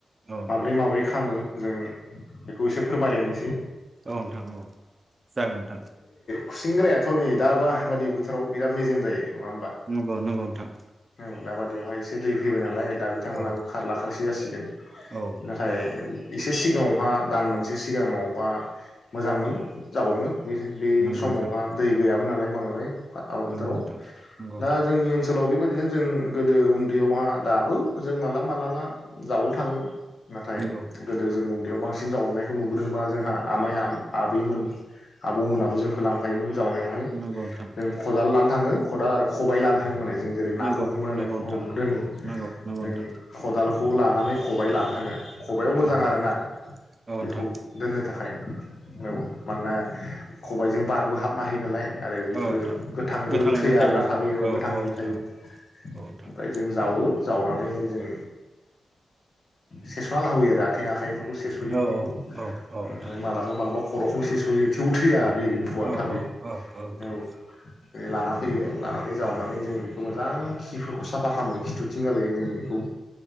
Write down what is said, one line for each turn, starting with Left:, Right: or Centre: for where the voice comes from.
Right: औ नोंथां
Left: माब्रै माब्रै खामो जों बेखौ एसे फोरमायलायनिसै
Right: औ नोंथां औ जागोन नोंथां।
Left: खुसिंग्रायाथ' नै दा बा बादि बोथोराव बिराद मेजेम जायो। नङा होमबा
Right: नंगौ नंगौ नोंथां।
Left: औ दाबादियावहाय एसे दै फैबाय नालाय दा बिथांमोनहाबो
Right: औ
Left: खारला सि जासिगोन।
Right: औ
Left: नाथाय एसे सिगाङावहा दान मोनसे सिगाङावबा मोजांमोन जावनो बे बे
Right: नंगौ
Left: समावहा
Right: नोंथां
Left: दै गैया मोनालाय बांद्राय। बा आबाद
Right: नंगौ
Left: फोथाराव
Right: नोंथां
Left: दा जोंनि ओनसोलाव बि बायदिनो जों गोदो उन्दैयावहा दाबो जों मालाबा मालाबा जावनो थाङो। नाथाय
Right: नंगौ
Left: गोदो जों बेयाव बांसिन जावनायखौ नुबोदोंबा जोंहा आमाइ आदैमोन आबौमोनाबो जोंखौ लांफायोमोन जावनायावहाय
Right: नोंथां नंगौ नोंथां
Left: जों खदाल ला थाङो खदाल आरो खबाइ लानो थाङो माने जों जेरै
Right: नंगौ
Left: नाखौ हमो नालाय
Right: नंगौ
Left: ख
Right: नोंथां
Left: दोनो
Right: नंगौ नंगौ
Left: जों
Right: नोंथां
Left: खदाल खौ लानानै खबाय लानो थाङो खबायाव मोजां
Right: नंगौ
Left: आरोना
Right: औ नोंथां
Left: बेखौ दोननो थाखाय औ मानना खबायजों बारबो हाबनो हायो नालाय आरो बेफोरो
Right: औ नोंथां
Left: गोथांबो
Right: गोथाङैबो
Left: थैया
Right: थायो
Left: आरना थाबोयो औ गोथाङैबो
Right: नोंथां
Left: थायो
Right: औ औ नोंथां
Left: ओमफ्राय जों जावो जावनानै जों सेस'ना लाबोयो आरो आथें आखाइ फोरखौ सेेस'यो
Right: औ
Left: बिनिखौ
Right: औ औ नोंथां
Left: ओमफाय मालाबा मालाबा खर'खौ सेस'यो थेवबो थैया
Right: औ
Left: बे एम्फौआ
Right: औ
Left: थाबै
Right: औ औ नोंथां
Left: औ बे लाना फैयो लानानै जावनानै
Right: औ
Left: जों मोजां खिफोरखौ साफा खालामो खिथु बिथिंगालायै जोङो बेखौ